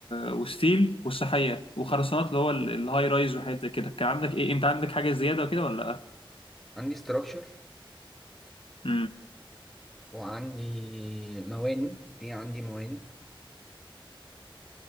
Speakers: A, on the left; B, in the centre.
A: وستيل والصحيه وخرسانات اللي هو ال- الهاي رايز وحاجات زي كده كان عندك ايه انت عندك حاجه زياده وكده ولا لا
B: عندي ستراكشر
A: امم
B: وعندي مواني في عندي مواني